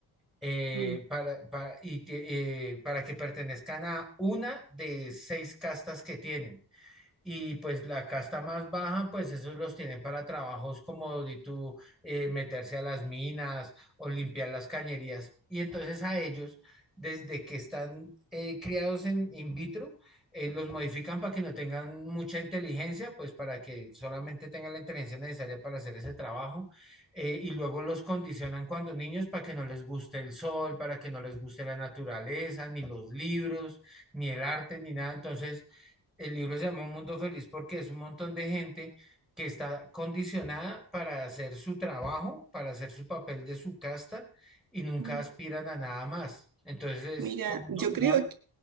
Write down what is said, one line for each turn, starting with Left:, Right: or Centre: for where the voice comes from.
Centre: eh,
Right: Mm.
Centre: para, para, y eh, para que pertenezcan a una de seis castas que tienen. Y pues la casta más baja, pues esos los tienen para trabajos como de tú eh, meterse a las minas o limpiar las cañerías. Y entonces a ellos, desde que están eh, criados en in vitro, eh, los modifican para que no tengan mucha inteligencia, pues para que solamente tengan la inteligencia necesaria para hacer ese trabajo. eh, y luego los condicionan cuando niños para que no les guste el sol, para que no les guste la naturaleza, ni los libros, ni el arte, ni nada. Entonces el libro se llama Un Mundo Feliz porque es un montón de gente que está condicionada para hacer su trabajo, para hacer su papel de su casta y nunca
Right: Mm.
Centre: aspiran a nada más. Entonces,
Right: Mira,
Centre: como
Right: yo
Centre: no, no,
Right: creo que,